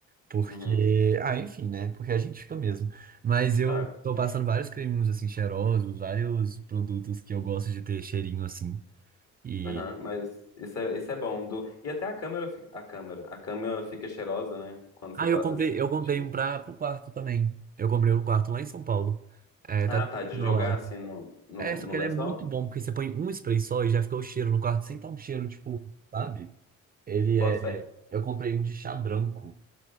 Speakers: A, on the right (about 30°); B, on the left (about 60°).
A: Porque,
B: uhum.
A: ah, enfim, né? Porque a gente fica mesmo. Mas eu
B: Ah,
A: tô passando vários creminhos assim cheirosos, vários produtos que eu gosto de ter cheirinho assim. E
B: Aham, mas isso é, isso é bom. Do... E até a câmera fica. A câmera. A câmera fica cheirosa, né? Quando
A: ah,
B: você passa
A: eu comprei,
B: esse produtivo.
A: eu comprei um para pro quarto também. Eu comprei um quarto lá em São Paulo. É,
B: Ah,
A: tá aqui
B: tá. De
A: do
B: jogar
A: meu lado.
B: assim no, no,
A: É, só
B: no
A: que
B: lençol?
A: ele é muito bom porque você põe um spray só e já fica o cheiro no quarto sem tá um cheiro tipo, sabe? Ele
B: Boto
A: é,
B: fé.
A: eu comprei um de chá branco.